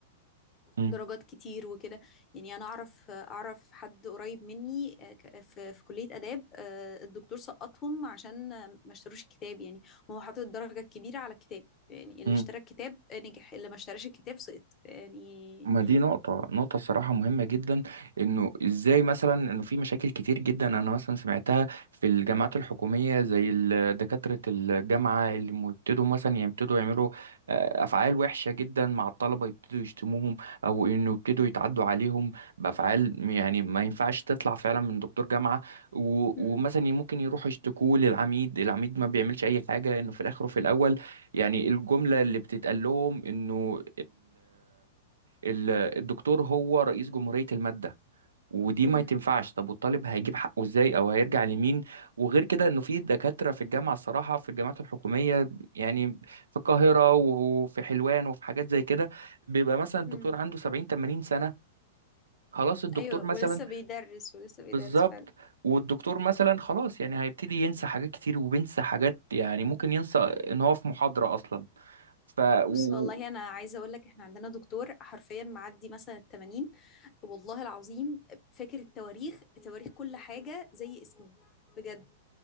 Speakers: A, on the right; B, on the left.
A: مم.
B: درجات كتير وكده يعني انا اعرف اعرف حد قريب مني آه، ك- في في كلية آداب آه، الدكتور سقطهم عشان آه، ما اشتروش الكتاب يعني هو حاطط الدرجة الكبيرة على الكتاب يعني اللي
A: مم.
B: اشترى الكتاب نجح اللي ما اشتراش الكتاب سقط يعني
A: ما دي نقطة نقطة الصراحة مهمة جدا انه ازاي مثلا انه في مشاكل كتير جدا انا مثلا سمعتها في الجامعات الحكومية زي ال- دكاترة الجامعة اللي بيبتدوا مثلا يعني يبتدوا يعملوا آه، افعال وحشة جدا مع الطلبة يبتدوا يشتموهم او انه يبتدوا يتعدوا عليهم بافعال يعني ما ينفعش تطلع فعلا من دكتور جامعة و-
B: هم
A: ومثلا ممكن يروحوا يشتكوه للعميد العميد ما بيعملش اي حاجة انه في الاخر وفي الاول يعني الجملة اللي بتتقال لهم انه ال- الدكتور هو رئيس جمهورية المادة ودي
B: هم
A: ما تنفعش طب والطالب هيجيب حقه ازاي او هيرجع لمين وغير كده انه في دكاترة في الجامعة الصراحة في الجامعات الحكومية يعني في القاهرة وفي حلوان وفي حاجات زي كده بيبقى مثلا الدكتور
B: هم
A: عنده 70 80 سنة خلاص الدكتور
B: ايوه
A: مثلا
B: ولسه بيدرس ولسه بيدرس
A: بالظبط
B: فعلا
A: والدكتور مثلا خلاص يعني هيبتدي ينسى حاجات كتير وبينسى حاجات يعني ممكن ينسى ان هو في محاضرة اصلا ف و...
B: بص والله انا عايزه اقول لك احنا عندنا دكتور حرفيا معدي مثلا ال 80 والله العظيم فاكر التواريخ تواريخ كل حاجه زي اسمه بجد